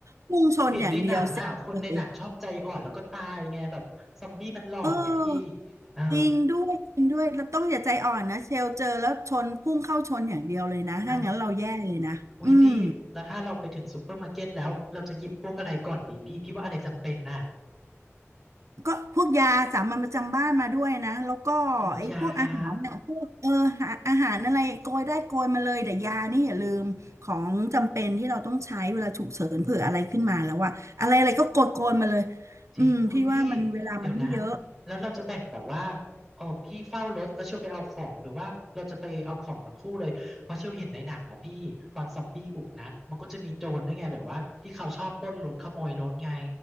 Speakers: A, on the right; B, in the centre.
A: พุ่งชนอย่างเดียวเสร็จเลย
B: เห็นในหนังอ่ะคนในหนังชอบใจอ่อนแล้วก็ตายไงแบบซอมบี้มันหลอกไงพี่
A: เออ
B: เออ
A: จริงด้วยจริงด้วยเราต้องอย่าใจอ่อนนะเชลเจอแล้วชนพุ่งเข้าชนอย่างเดียวเลยนะถ้างั้นเราแย่เลยนะอืม
B: ใช่อุ้ยพี่แล้วถ้าเราไปถึงซูเปอร์มาร์เก็ตแล้วเราจะหยิบพวกอะไรก่อนดีพี่พี่ว่าอะไรจำเป็นน่ะ
A: ก็พวกยาสามัญประจำบ้านมาด้วยนะแล้วก็ไอ้พวกอาหารเนี่ยพวกเอออาอาหารอะไรโกยได้โกยมาเลยแต่ยานี่อย่าลืมของจำเป็นที่เราต้องใช้เวลาฉุกเฉินเผื่ออะไรขึ้นมาแล้วอะอะไรอะไรก็โกยโกยมาเลย
B: เออยายาอืม จริงอุ้ยพี่
A: อืมพี่ว่ามันเวลามันไม่เยอะ
B: เดี๋ยวนะ แล้วเราจะแบ่งแบบว่าอ๋อพี่เฝ้ารถแล้วเชียวไปเอาของหรือว่าเราจะไปเอาของทั้งคู่เลย เพราะเชียวเห็นในหนังนะพี่ตอนซอมบี้บุกนะ มันก็จะมีโจรด้วยไงแบบว่าที่เขาชอบปล้นรถขโมยรถไง